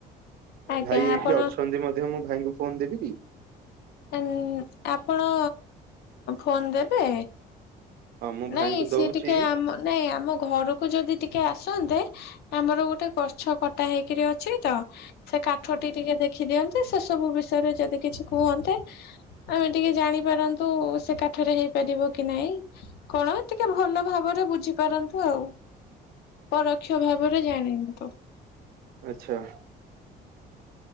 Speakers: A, on the left; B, on the right.
A: ଆଜ୍ଞା
B: ଭାଇ ଏଇଠି
A: ଆପଣ
B: ଅଛନ୍ତି ମଧ୍ୟ ମୁଁ ଭାଇଙ୍କୁ ଫୋନ ଦେବି କି?
A: ଅନ୍ ଆପଣ ଫୋନ୍ ଦେବେ?
B: ହଁ ମୁଁ ଭାଇଙ୍କୁ
A: ନାଇଁ ସିଏ
B: ଦଉଛି
A: ଟିକେ ଆମ ନାଇଁ ଆମ ଘରକୁ ଯଦି ଟିକେ ଆସନ୍ତେ ଆମର ଗୋଟେ ଗଛ କଟା ହେଇକିରି ଅଛି ତ ସେ କାଠଟି ଟିକେ ଦେଖ୍ ଖି ଦିଅନ୍ତେ ସେ ସବୁ ବିଷୟରେ ଯଦି କିଛି କୁହନ୍ତେ ଆମେ ଟିକେ ଜାଣିପାରନ୍ତୁ ସେ କାଠରେ ହେଇପାରିବ କି ନାଇଁ। କଣ ଟିକେ ଭଲ ଭାବରେ ବୁଝିପାରନ୍ତୁ ଆଉ। ପରୋକ୍ଷ ଭାବରେ ଜାଣିନି
B: ଆଛା।